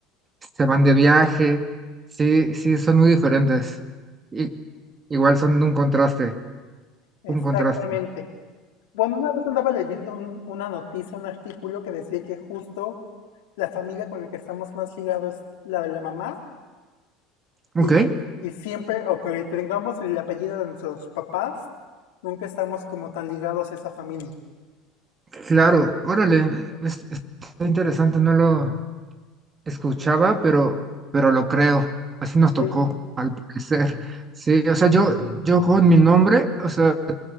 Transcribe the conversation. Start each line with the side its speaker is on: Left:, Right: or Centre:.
Right: se van de viaje. Sí, sí, son muy diferentes. Y, igual son un contraste,
Left: Exactamente.
Right: un contraste.
Left: Bueno, una vez andaba leyendo un- una noticia, un artículo que decía que justo la familia con la que estamos más ligados es la de la mamá
Right: Ok,
Left: y, y siempre, o que tengamos el apellido de nuestros papás, nunca estamos como tan ligados a esa familia.
Right: claro, órale, es- es- está interesante, no lo, escuchaba, pero, pero lo creo. Así nos tocó,
Left: Sí.
Right: al parecer. Sí, o sea, yo, yo con mi nombre, o sea,